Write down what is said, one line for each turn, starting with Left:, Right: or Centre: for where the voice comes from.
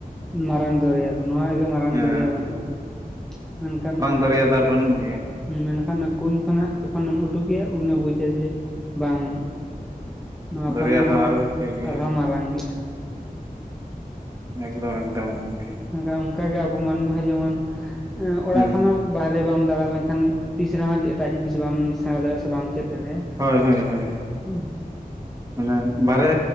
Centre: ᱢᱟᱨᱟᱝ ᱫᱚᱨᱭᱟ ᱫᱚ ᱱᱚᱣᱟ ᱜᱮ ᱢᱟᱨᱟᱝ
Right: ᱦᱮᱸ
Centre: ᱫᱚᱨᱭᱟ ᱵᱟᱹᱱᱩᱜ ᱠᱟᱫᱟ ᱢᱮᱱᱠᱷᱟᱱ᱾
Right: ᱫᱟᱨᱭᱟᱫ ᱟᱨ ᱵᱟᱹᱱᱩᱜ ᱜᱮᱭᱟ᱾
Centre: ᱦᱩᱸ ᱢᱮᱱᱠᱷᱟᱱ ᱚᱱᱟ ᱠᱩᱧ ᱠᱷᱚᱱᱟᱜ ᱡᱚᱠᱷᱚᱱᱮᱢ ᱩᱰᱩᱠᱮᱭᱟ ᱩᱱᱤᱮ ᱵᱩᱡᱟ ᱡᱮ ᱵᱟᱝ ᱱᱚᱣᱟ
Right: ᱫᱚᱨᱭᱟ
Centre: ᱠᱷᱚᱱᱟᱜ
Right: ᱫᱚ
Centre: ᱦᱚᱸ
Right: ᱟᱨᱚ ᱦᱚᱪᱚ ᱜᱮ
Centre: ᱟᱨᱦᱚᱸ ᱢᱟᱨᱟᱝ ᱜᱮᱭᱟ᱾
Right: ᱮᱠᱫᱚᱢ ᱮᱠᱫᱚᱢ ᱜᱚᱝᱠᱮ᱾
Centre: ᱢᱮᱱᱠᱷᱟᱱ ᱚᱱᱠᱟᱜᱮ ᱟᱵᱚ ᱢᱟᱹᱱᱢᱤ ᱦᱚᱸ ᱡᱮᱢᱚᱱ ᱚᱲᱟᱜ
Right: ᱦᱮᱸ
Centre: ᱠᱷᱚᱱᱟᱜ ᱵᱟᱨᱦᱨᱮ ᱵᱟᱢ ᱫᱟᱬᱟ ᱞᱮᱱᱠᱷᱟᱱ ᱛᱤᱥ ᱨᱮᱦᱚᱸ ᱮᱴᱟᱜ ᱡᱤᱱᱤᱥ ᱵᱟᱢ ᱥᱮᱬᱟ ᱫᱟᱲᱮᱭᱟᱜᱼᱟ ᱥᱮ ᱵᱟᱢ ᱪᱮᱫ ᱫᱟᱲᱮᱭᱟᱜᱼᱟ᱾
Right: ᱦᱳᱭ ᱦᱳᱭ ᱦᱳᱭ᱾
Centre: ᱦᱮᱸ
Right: ᱢᱟᱱᱮ ᱵᱟᱨᱦᱮ